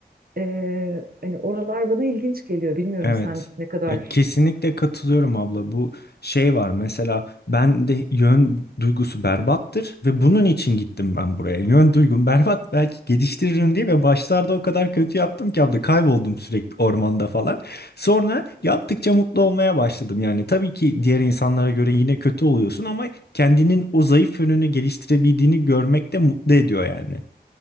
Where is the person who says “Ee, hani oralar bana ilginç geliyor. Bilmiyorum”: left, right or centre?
Right